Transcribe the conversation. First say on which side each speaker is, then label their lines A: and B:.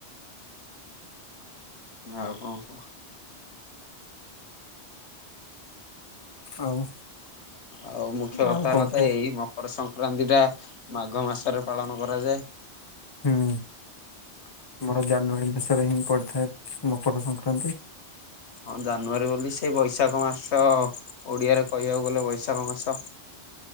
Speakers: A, on the left; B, on the left.
A: ଆଉ କଣ କହ?
B: ଆଉ।
A: ଆଉ ମୁଖ୍ୟ କଥା
B: ଆଉ କଣ
A: ହେଲା ତ
B: କୁହ
A: ଏଇ ପରେ ସଂକ୍ରାନ୍ତି ଟା ମାଘ ମାସରେ ପାଳନ କରାଯାଏ।
B: ହୁଁ ଆମର ଜାନୁଆରୀ ମାସରେ ହିଁ ପଡିଥାଏ ମକର ସଂକ୍ରାନ୍ତି।
A: ହଁ ଜାନୁଆରୀ ବୋଲି ସେଇ ବୈଶାଖ ମାସ ଓ, ଡିଆରେ କହିବାକୁ ଗଲେ ବୈଶାଖ ମାସ।